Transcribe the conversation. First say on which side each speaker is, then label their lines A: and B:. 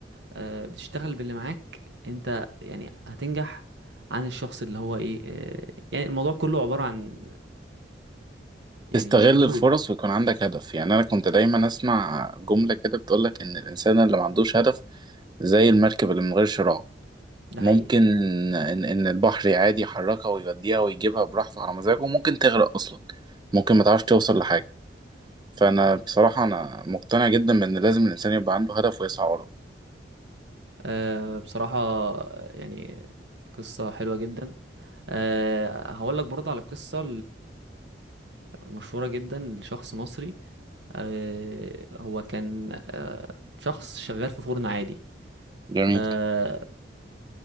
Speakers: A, on the right; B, on the right.
A: آه، بتشتغل باللي معاك أنت يعني هتنجح عن الشخص اللي هو إيه آه، يعني الموضوع كله عبارة عن يعني
B: تستغل
A: مجهود
B: الفرص ويكون عندك هدف يعني أنا كنت دايما أسمع جملة كده بتقولك إن الإنسان اللي ما عندوش هدف زي المركب اللي من غير شراع
A: ده
B: ممكن
A: حقيقي
B: إن إن البحر عادي يحركها ويوديها ويجيبها براحته على مزاجه وممكن تغرق أصلا ممكن ما تعرفش توصل لحاجة فأنا
A: ده حقيقي
B: بصراحة أنا مقتنع جدا بإن لازم الإنسان يبقى عنده هدف ويسعى وراه
A: أه بصراحة يعني قصة حلوة جدا أه هقول لك برضه على القصة المشهورة جدا لشخص مصري أه هو كان أه شخص شغال في فرن عادي
B: جميل
A: أه